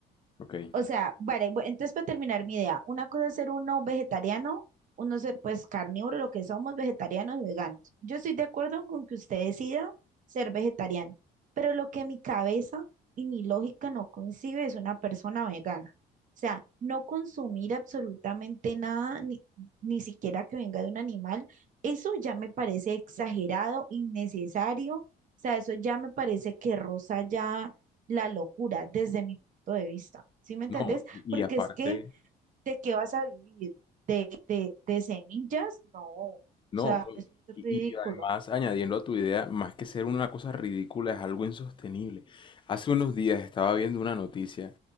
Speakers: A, on the left; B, on the right.
A: Ok.
B: O sea, vale, bu- entonces para terminar mi idea, una cosa es ser uno vegetariano, uno ser pues carnívoro, lo que somos vegetarianos y veganos. Yo estoy de acuerdo con que usted decida ser vegetariano, pero lo que mi cabeza y mi lógica no concibe es una persona vegana. O sea, no consumir absolutamente nada, ni, ni siquiera que venga de un animal, eso ya me parece exagerado, innecesario. O sea, eso ya me parece que roza ya la locura desde mi punto de vista, ¿sí me entendés?
A: No, y
B: Porque
A: y aparte...
B: es que, ¿de qué vas a vivir? ¿De, de, de semillas? No, o
A: No,
B: sea,
A: no,
B: eso es
A: y,
B: ridículo.
A: y además añadiendo a tu idea, más que ser una cosa ridícula, es algo insostenible. Hace unos días estaba viendo una noticia